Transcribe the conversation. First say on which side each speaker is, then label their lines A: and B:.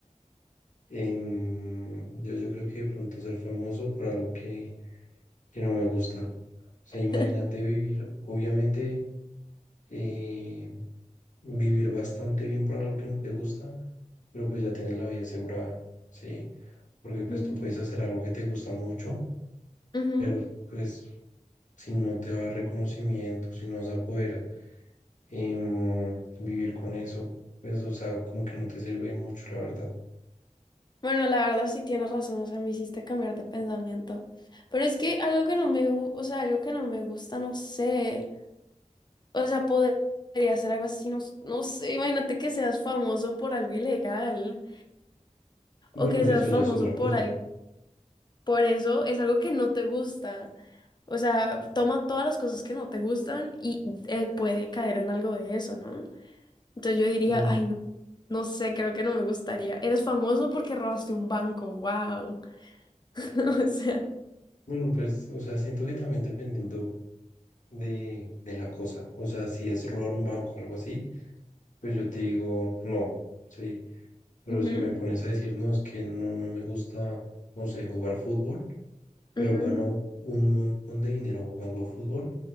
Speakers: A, on the left; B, on the left.
A: Em, yo, yo creo que de pronto ser famoso por algo que, que no me gusta. O sea,
B: <laughs>
A: imagínate vivir, obviamente, eh, vivir bastante bien por algo que no te gusta, pero pues ya tienes la vida asegurada, ¿sí? Porque pues
B: Mm,
A: tú puedes hacer algo que te gusta mucho,
B: ujú.
A: pero pues si no te va a dar reconocimiento, si no vas a poder em, vivir con eso, pues o sea, como que no te sirve mucho, la verdad.
B: Bueno, la verdad sí tienes razón, o sea, me hiciste cambiar de pensamiento. Pero es que algo que no me, gu- o sea, algo que no me gusta, no sé. O sea, podría ser algo así, no, s- no sé, imagínate que seas famoso por algo ilegal
A: Bueno,
B: o que
A: eso
B: seas
A: ya
B: famoso
A: es otra cosa.
B: por algo, por eso es algo que no te gusta. O sea, toma todas las cosas que no te gustan y eh, puede caer en algo de eso, ¿no? Entonces yo diría,
A: Mm,
B: ay, no, no sé, creo que no me gustaría. Eres famoso porque robaste un banco, wow. <laughs> O sea,
A: Bueno, pues, o sea, siento que también dependiendo de, de la cosa, o sea, si es robar un banco o algo así, pues yo te digo no, sí, pero
B: ujú,
A: si me pones a decir no, es que no, no me gusta, no sé, jugar fútbol, pero
B: ujú.
A: gano un montón de dinero jugando fútbol,